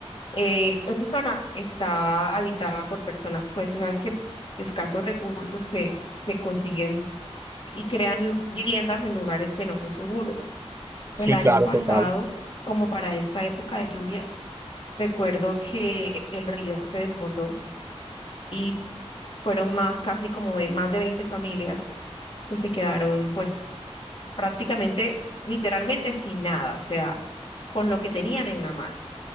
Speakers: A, on the left; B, on the right.
A: Eh, esa zona estaba habitada por personas, pues tú sabes que de escasos recursos que, que consiguen y crean lu- viviendas en lugares que no son seguros.
B: Sí,
A: El año
B: claro,
A: pasado,
B: total.
A: como para esta época de lluvias, recuerdo que el río se desbordó y fueron más, casi como de más de 20 familias que se quedaron pues prácticamente, literalmente sin nada, o sea, con lo que tenían en la mano.